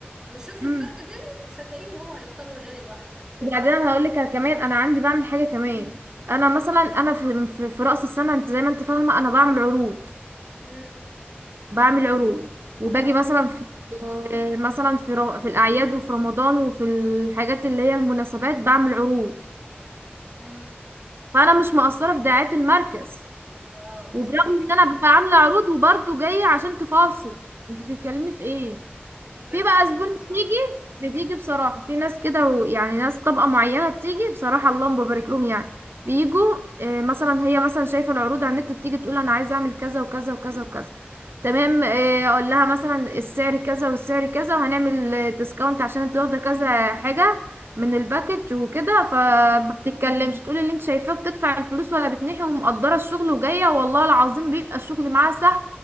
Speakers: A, on the right (about 20°); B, on the right (about 70°).
A: ويشوف
B: مم.
A: الفرق بينهم صدقيني هو هيختار الغالي لوحده
B: وبعدين انا هقول لك كمان انا عندي بعمل حاجة كمان انا مثلا انا في في, في رأس السنة انت زي ما انت فاهمة انا بعمل عروض
A: امم
B: بعمل عروض وباجي
A: اه
B: مثلا
A: فهمت
B: في مثلا في رو... في الاعياد وفي رمضان وفي الحاجات اللي هي المناسبات بعمل عروض
A: امم
B: فانا مش مقصره في دعايه المركز
A: اه مش
B: وبرغم
A: صعب
B: ان انا ببقى عامله عروض وبرضه جايه عشان تفاصل انت بتتكلمي في ايه
A: بجد
B: في بقى
A: حاجه
B: زبون بتيجي
A: صعبه
B: بتيجي بصراحة في ناس كده ويعني ناس طبقة معينة بتيجي بصراحة اللهم ببارك لهم يعني بيجوا آه، مثلا هي مثلا شايفة العروض على النت بتيجي تقول أنا عايزة أعمل كذا وكذا وكذا وكذا تمام آه، أقول لها مثلا السعر كذا والسعر كذا وهنعمل آه، ديسكاونت عشان انت واخدة كذا حاجة من الباكج وكده فما بتتكلمش تقول اللي انت شايفاه بتدفع الفلوس ولا بتنحي ومقدرة الشغل وجاية والله العظيم بيبقى الشغل معاها سهل